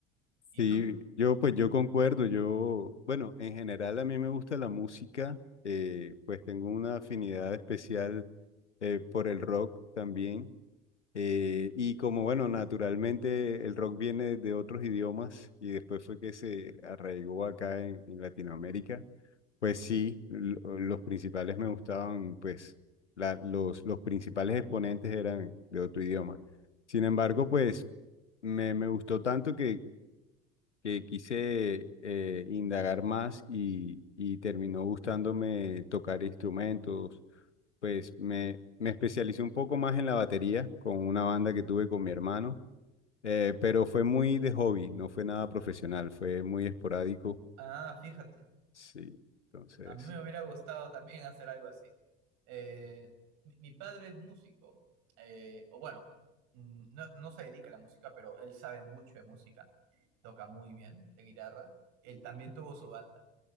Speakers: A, on the right; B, on the left.
A: ¿Y
B: Sí,
A: tú?
B: yo pues yo concuerdo, yo, bueno, en general a mí me gusta la música, eh, pues tengo una afinidad especial eh, por el rock también, eh, y como bueno, naturalmente el rock viene de otros idiomas y después fue que se arraigó acá en, en Latinoamérica, pues sí, lo- los principales me gustaban, pues la- los, los principales exponentes eran de otro idioma. Sin embargo, pues me, me gustó tanto que que quise eh, indagar más y, y terminó gustándome tocar instrumentos. Pues me, me especialicé un poco más en la batería con una banda que tuve con mi hermano, eh, pero fue muy de hobby, no fue nada profesional, fue muy esporádico.
A: Ah, fíjate,
B: Sí, entonces,
A: a mí me hubiera gustado también hacer algo así. Eh, mi, mi padre es músico, eh, o bueno, mm, no, no se dedica a la música, pero él sabe mucho de música, toca muy bien de guitarra. Él también tuvo su banda.